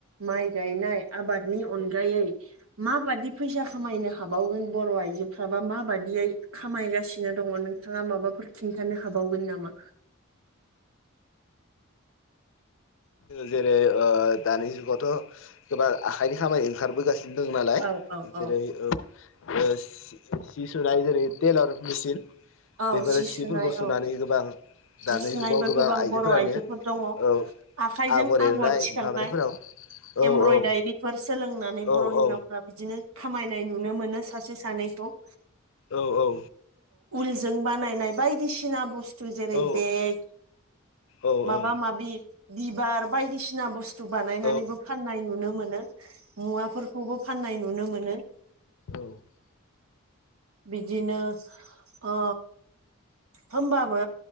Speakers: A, on the right (about 85°); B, on the left (about 65°).
A: माइ गायनाय आबादनि अनगायै माबादि फैसा खामायनो हाबाव रो बर' आइजोफ्राबा माबादियै खामायगासिनो दङ नोंथाङा माबाफोर खिन्थानो हाबावगोन नामा?
B: जेरै ओ दानि जुगावथ' गोबां आखाइनि खामानि ओंखारबोगासिनो दङ नालाय
A: औ औ
B: जेरै
A: औ
B: ओ ओ सि सुनाय जेरै टेलर मेसिन
A: औ
B: बेफोरो
A: जि
B: सिफोरखौ
A: सुनाय
B: सुनानै
A: औ
B: गोबां
A: जि
B: दानि
A: सुनायबो
B: जुगाव गोबां आइजोफोरानो
A: बर' आइजोफोर दङ
B: औ
A: आखाइजों
B: आगर एरनाय
A: थिखांनाय
B: माबानायफोराव औ
A: एमब्रयदारिफोर
B: औ
A: सोलोंनानै
B: औ
A: बर' हिनजावफ्रा
B: औ
A: बिदि नो खामायनाय नुनो मोनो सासे सानैखौ।
B: औ औ।
A: जों बानायनाय बायदिसिना बुस थु जेरै
B: औ
A: बेग
B: औ
A: माबा
B: औ
A: माबि बिबार बायदिसिना बुस्थु बानायनानैबो
B: औ
A: फाननाय नुनो मोनो मुवाफोरखौबो फाननाय नुनो मोनो।
B: औ।
A: बिदिनो ओ होमबाबो